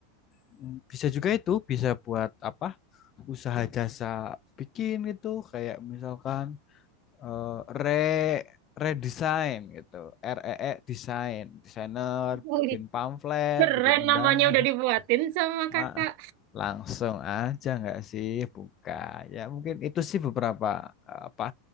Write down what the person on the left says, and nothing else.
Hmm, Bisa juga itu, bisa buat apa? Usaha jasa bikin gitu, kayak misalkan eh, re redesign gitu REE design desainer
bikin pamflet
bikin undangan
Ah,
langsung aja nggak sih buka ya mungkin itu sih beberapa eh, apa